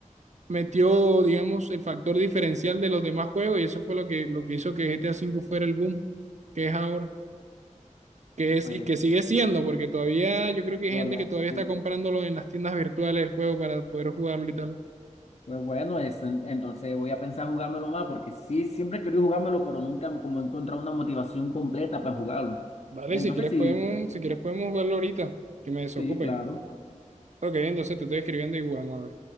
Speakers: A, on the right; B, on the left.
A: metió, digamos, el factor diferencial de los demás juegos y eso fue lo que, lo que hizo que GTA V fuera el boom que es ahora, que es
B: Pues,
A: y que sigue siendo, porque todavía yo creo que
B: no,
A: hay gente
B: ya,
A: que todavía
B: tú-
A: está comprándolo en las tiendas virtuales el juego para poder jugarlo y tal.
B: pues bueno, es- entonces voy a pensar jugármelo más, porque sí, siempre he querido jugármelo, pero nunca como he encontrado una motivación completa para jugarlo.
A: Vale,
B: Entonces
A: si quieres
B: sí,
A: podemos, si quieres podemos jugarlo ahorita, que me desocupe.
B: sí, claro.
A: Ok, entonces te estoy escribiendo y jugamos a ver.